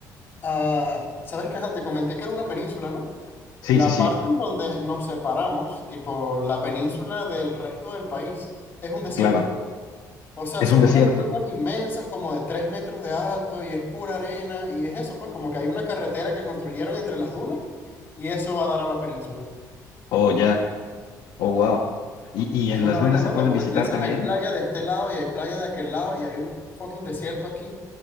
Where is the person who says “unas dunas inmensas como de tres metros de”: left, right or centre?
Left